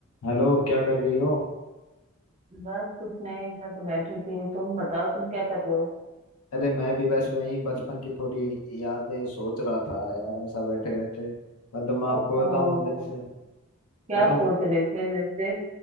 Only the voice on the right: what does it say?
बस कुछ नहीं मैं तो बैठी थी तुम बताओ तुम क्या कर रहे हो
ओहो
क्या
सोच रहे थे जैसे